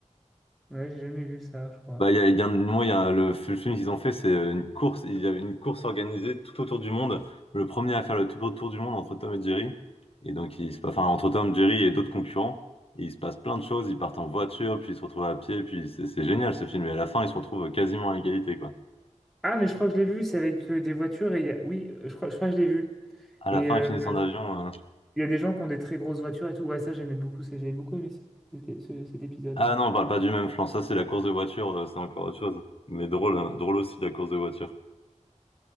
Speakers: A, in the centre; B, on the left.
A: ouais, j'ai jamais vu ça, je crois.
B: Bah, il y a, il y a, un- moi, il y a le, le film qu'ils ont fait, c'est euh, une course. Il y avait une course organisée tout autour du monde. Le premier à faire le tout autour du monde entre Tom et Jerry. Et donc, il se, enfin, entre Tom, Jerry et d'autres concurrents. Et il se passe plein de choses. Ils partent en voiture, puis ils se retrouvent à pied. Puis c'est c'est génial ce film. Et à la fin, ils se retrouvent quasiment à égalité, quoi.
A: Ah, mais je crois que je l'ai vu, c'est avec euh, des voitures et il y a... Oui, euh, je crois, je crois que je l'ai vu.
B: À
A: et.
B: la fin,
A: euh,
B: ils finissent en avion. euh.
A: Il y a des gens qui ont des très grosses voitures et tout. Ouais, ça, j'aimais beaucoup. ça, J'avais beaucoup aimé ce- cet, ce- cet épisode.
B: Ah non, on parle pas du même, je pense. Ça, c'est la course de voiture. euh, c'est encore autre chose. Mais drôle, hein. drôle aussi, la course de voiture.